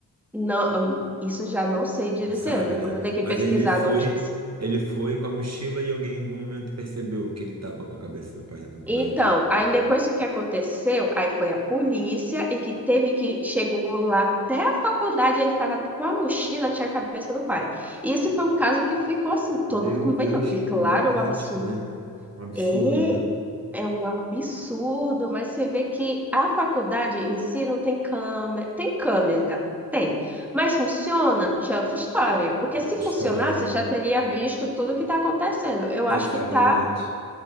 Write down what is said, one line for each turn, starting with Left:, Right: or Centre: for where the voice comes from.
Centre: Não, hum, isso eu já não sei dizer,
Right: Não sabe,
Centre: depois
Right: né?
Centre: vou ter que
Right: Mas
Centre: pesquisar
Right: ele foi,
Centre: a notícia.
Right: ele foi com a mochila e alguém em algum momento percebeu que ele estava com a cabeça do pai na faculdade.
Centre: Então, aí depois o que aconteceu, aí foi a polícia e que teve que chegou lá até a faculdade, ele estava com a mochila, tinha a cabeça do pai. E esse foi um caso que ficou assim, todo
Right: Meu
Centre: mundo comentando,
Right: Deus,
Centre: porque
Right: emblemático,
Centre: claro, é um absurdo.
Right: né? Um absurdo,
Centre: É,
Right: né?
Centre: é um absurdo, mas você vê que a faculdade em si não tem câmera. Tem câmera, tem. Mas funciona? Já é outra história. Porque
Right: É
Centre: se
Right: outra
Centre: funcionasse,
Right: história, né?
Centre: já teria visto tudo que está acontecendo. Eu acho
Right: Exatamente.
Centre: que tá,